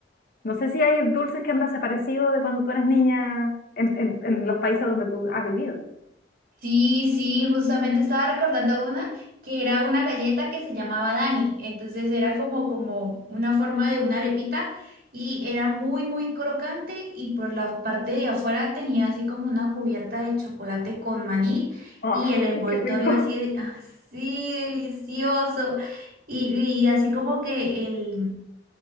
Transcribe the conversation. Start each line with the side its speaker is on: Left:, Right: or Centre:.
Left: No sé si hay dulces que han desaparecido de cuando tú eras niña en, en- en los países donde tú has vivido.
Right: Sí, sí, justamente estaba recordando una que era una galleta que se llamaba Dani. Entonces era como, como una forma de una arepita y era muy, muy crocante y por la parte de afuera tenía así como una cubierta de chocolate con maní
Left: Oh,
Right: y el envoltorio
Left: <laughs> qué rico.
Right: así, de- <laughs> así delicioso y, y así como que el...